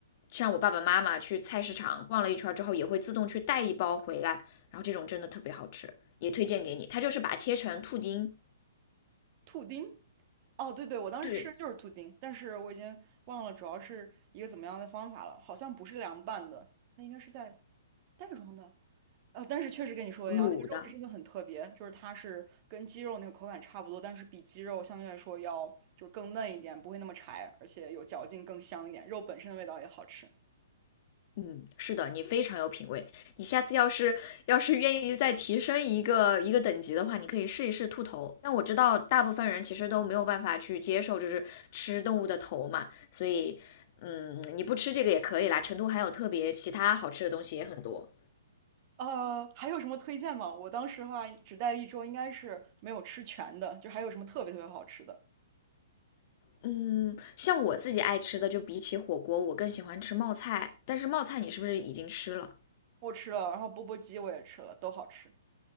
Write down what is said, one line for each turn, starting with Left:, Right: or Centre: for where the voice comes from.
Left: 像我爸爸妈妈去菜市场逛了一圈之后，也会自动去带一包回来，然后这种真的特别好吃，也推荐给你。它就是把它切成兔丁，
Right: 兔丁，哦，对对，我当时吃的就是兔丁，
Left: 对，
Right: 但是我已经忘了主要是一个怎么样的方法了，好像不是凉拌的，它应该是在袋装的。呃，但是确实跟你说的一样，
Left: 卤的，
Right: 那个肉质真的很特别，就是它是跟鸡肉那个口感差不多，但是比鸡肉相对来说要就是更嫩一点，不会那么柴，而且有嚼劲，更香一点，肉本身的味道也好吃。
Left: 嗯，是的，你非常有品味。你下次要是要是愿意再提升一个一个等级的话，你可以试一试兔头。但我知道大部分人其实都没有办法去接受，就是吃动物的头嘛，所以，嗯，你不吃这个也可以啦。成都还有特别其他好吃的东西也很多。
Right: 呃，还有什么推荐吗？我当时的话只待了一周，应该是没有吃全的，就还有什么特别特别好吃的，
Left: 嗯，像我自己爱吃的，就比起火锅，我更喜欢吃冒菜。但是冒菜你是不是已经吃了？
Right: 我吃了，然后钵钵鸡我也吃了，都好吃。